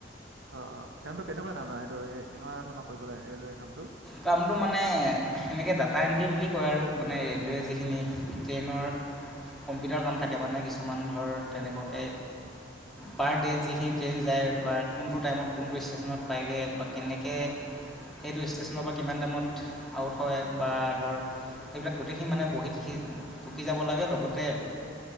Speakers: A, on the right (about 80°); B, in the centre.
A: অ', অ', কামটো কেনেকুৱা ধৰণৰ সেইটো? কেনেকুৱা ধৰণৰ কৰিব লাগে ৰেলৱে কামটো?
B: কামটো মানে এেনেকৈ ডাটা এণ্ট্ৰি বুলি কয় আৰু, মানে ৰে'লৱে যিখিনি ট্ৰেইনৰ কম্পিউটাৰ কাম থাকে, মানে কিছুমান ধৰ তেনেকুৱাকে। পাৰ ডে' যিখিনি ট্ৰেইন যায় বা কোনটো টাইমত কোনটো ষ্টেশচনত পায়গৈ, বা কেনেকৈ সেইটো ষ্টেচন কিমান দামত আউট হয়, বা ধৰ সেইবিলাক গোটেইখিনি মানে বহীত সি টুকি যাব লাগে, লগতে